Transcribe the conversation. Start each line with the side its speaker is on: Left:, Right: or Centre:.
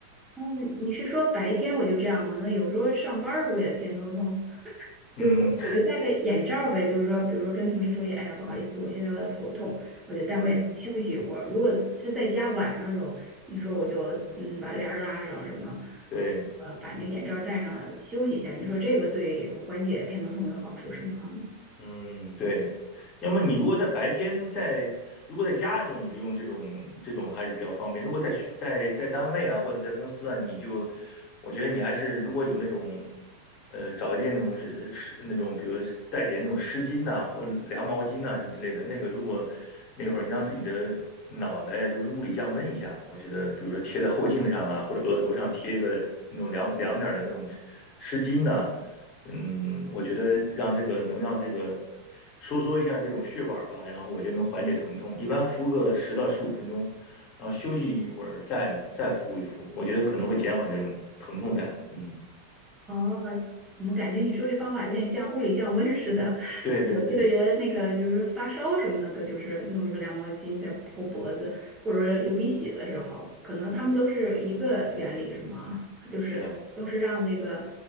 Right: 嗯，你是说白天我就这样吗？那有时候上班儿时候也偏头痛，<laughs> 就是说我就戴个眼罩儿呗，
Left: 嗯，
Right: 就是说，比如说跟同事说，哎呀，不好意思，我现在有点头痛，我就戴会眼罩休息一会儿。
Left: 对
Right: 如果是在家晚上的时候，你说我就嗯把帘儿拉上什么，
Left: 对。
Right: 呃，把那个眼罩儿戴上休息一下，你说这个对缓解偏头痛有好处是吗？
Left: 嗯，对。要么你如果在白天在，如果在家的时候，你就用这种这种还是比较方便。如果在学在在单位啊，或者在公司啊，你就，我觉得你还是如果有那种，呃，找一件那种是是那种，比如带点那种湿巾呐、或者凉毛巾呐、什么之类的，那个如果那会儿你让自己的脑袋呀、就是物理降温一下，我觉得，比如说贴在后颈上啊，或者额头上贴一个那种凉凉点儿的那种湿湿巾呐、嗯，我觉得让这个能让这个收缩一下这种血管吧，然后我觉得能缓解疼痛。一般敷个十到十五分钟，然后休息一会儿再再敷一敷，我觉得可能会减缓这种疼痛感。嗯，
Right: 哦，怎么感觉你说这方法有点像物理降温似的？<laughs>
Left: 对对对，
Right: 就是我记得原来那个，就是发烧什么那个，就是弄一个凉毛巾在泡脖子，或者流鼻血的时候，可能他们都是一个原理，是吗？<laughs> 就是都是让这个
Left: 是啊，